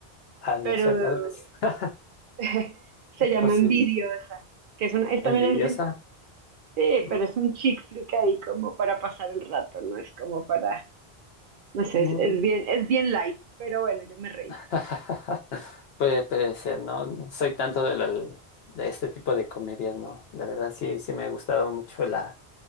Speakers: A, on the left (about 75°); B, on the right (about 60°).
A: Ah, no
B: pero
A: sé, tal vez es
B: <laughs> se llama
A: posible.
B: Envidiosa, que es, una, es también
A: ¿Envidiosa?
B: argentina. Sí,
A: Mm.
B: pero es un chick flick ahí como para pasar el rato, no es como para, no sé,
A: mm.
B: es, es bien, es bien light, pero bueno, yo me reí.
A: <laughs> Puede, puede ser, ¿no? No soy tanto de, la- de este tipo de comedias, ¿no? La verdad sí, sí me ha gustado mucho la,